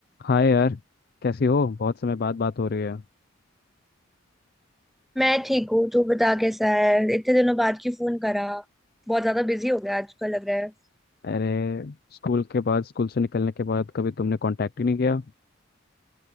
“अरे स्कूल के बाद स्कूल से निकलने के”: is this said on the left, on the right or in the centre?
Left